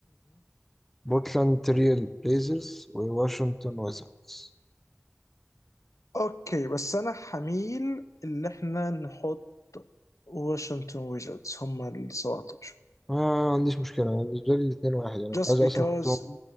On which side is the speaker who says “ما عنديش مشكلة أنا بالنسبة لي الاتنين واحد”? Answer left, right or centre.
Centre